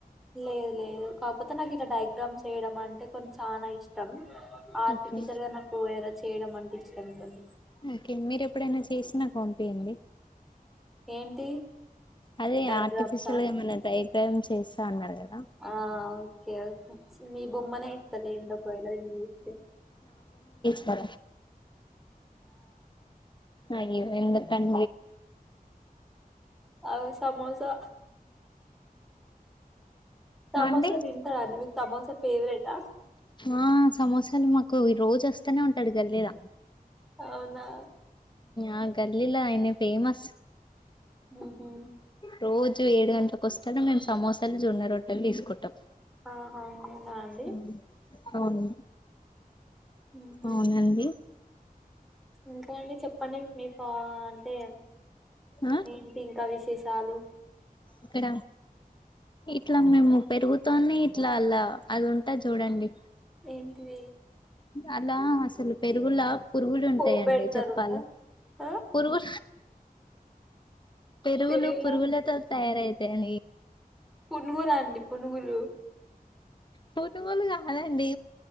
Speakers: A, in the centre; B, on the left (about 30°).
A: లేదు లేదు కాకపోతే నాకు ఇలా డయాగ్రామ్స్ చేయడం అంటే అంటే కొ చాలా ఇష్టం ఆర్టిఫిషియల్
B: ఓకే
A: గా నాకు ఏ చేయడం అనిపించింటుంది
B: ఓకే మీరు ఎప్పుడైనా చేసినా నాకు పంపియ్యండి
A: ఏంటి
B: అదే
A: డైగ్రామ్సా
B: ఆర్టిఫిషియల్ గా ఏమనా డ్రై డ్రయం చేస్తా అన్నారు కదా
A: ఆ ఓకే మీ బొమ్మనే ఇస్తలే ఒకవేళ నేను ఏస్తే
B: మదా అే ఎందు కండ
A: ఆ సమోసా సమోసా
B: అండి
A: తింటారా అండి మీకు సమోసా ఫేవరెటా
B: ఆ సమోసా అసలు మాకు ఈ రోజు వస్తేనే ఉంటాడు గల్లీల
A: అవునా
B: ఆ గల్లీలో అయిన ఫేమస్
A: ఆహా
B: రోజు ఏడు గంటలకు వస్తారు మేము సమోసాలు జొన్న రొట్టలు తీసుకుంటాం
A: ఆహా అవునా అండి
B: ఉమ్ అవును
A: ఉహు
B: అవునండి
A: ఇంకా అండి చెప్పండి మీకు ఆ అంటే
B: ఆ
A: ఏంటి ఇంకా విశేష షాలు
B: ఇక్కడ ఇట్లా మేము పెరుగుతోనే ఇట్లల్లా అది ఉంటద్ చూడండి
A: ఏంటి
B: అలా అసలు పెరుగులా పురుగులు ఉంటాయంండి
A: పోపు పెడతారు
B: చెప్పాల
A: ఆ ఆ
B: పురుగు పెరుగులు
A: పెరుగులో
B: పురుగులతో తయారయితా యండి
A: పునుగు లండి పునుగులు
B: పొద్దుకులు కావాలండి